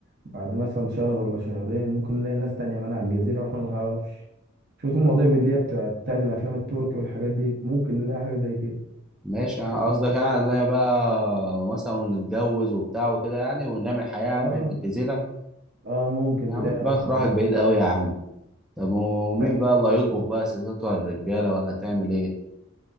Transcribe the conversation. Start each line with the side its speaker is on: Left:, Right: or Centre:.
Right: بعد مثلا شهر ولا شهرين ممكن نلاقي ناس تانية معانا على الجزيرة وإحنا ما نعرفش شفت المواضيع اللي هي بتاع- بتاعت الأفلام التركي والحاجات دي ممكن نلاقي حاجة زي كده
Centre: ماشي يعني قصدك انا لا بقى مثلا نتجوز وبتاع وكده يعني ونعمل حياة يعني
Right: آه
Centre: في الجزيرة
Right: آه ممكن
Centre: يا
Right: نلاقي
Centre: عم دماغك
Right: أصلا
Centre: راحت
Right: ناس
Centre: بعيد قوي يا عم طب ومين
Right: لا
Centre: بقى اللي هيطبخ بقى الستات ولا الرجالة ولا هتعمل ايه